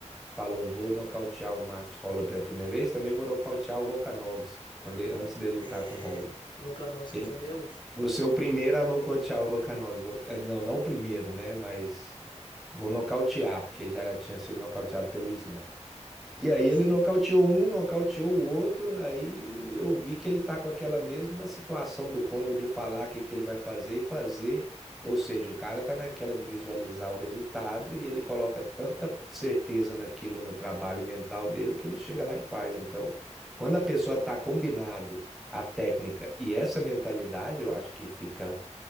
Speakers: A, in the centre; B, on the left.
A: falou, vou nocautear o Max Holloway pela primeira vez, também vou nocautear o Volkanovski, quando ele- antes dele lutar
B: É,
A: com o Holloway.
B: Volkanovski
A: Ele,
B: também é outro.
A: você é o primeiro a nocautear o Volkanovski, Vo- eh, não, não o primeiro, né, mas vou nocautear, porque já tinha sido nocauteado pelo Islam. E aí
B: Pois
A: ele
B: é.
A: nocauteou um, nocauteou o outro, aí eu vi que ele tá com aquela mesma situação do Conor de falar o que que ele vai fazer e fazer. Ou seja, o cara tá naquela de visualizar o resultado e ele coloca tanta certeza naquilo no trabalho mental dele que ele chega lá e faz. Então, quando a pessoa tá combinado a técnica e essa mentalidade, eu acho que fica